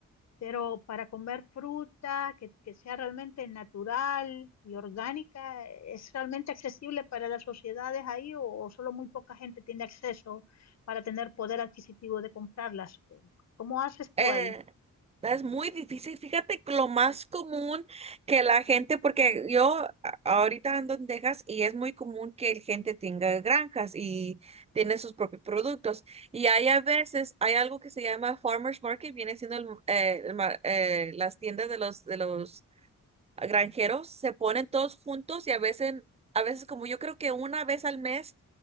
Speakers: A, on the left; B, on the right.
A: pero para comer fruta que, que sea realmente natural y orgánica, ¿es realmente accesible para las sociedades ahí o, o solo muy poca gente tiene acceso para tener poder adquisitivo de comprarlas? ¿Cómo haces tú
B: Eh,
A: ahí?
B: es muy difícil. Fíjate que lo más común que la gente, porque yo a- ahorita ando en Texas y es muy común que la gente tenga granjas y tiene sus propios productos. Y hay a veces, hay algo que se llama Farmers Market, viene siendo el- eh, el mar- eh, las tiendas de los, de los granjeros, se ponen todos juntos y a veces, a veces como yo creo que una vez al mes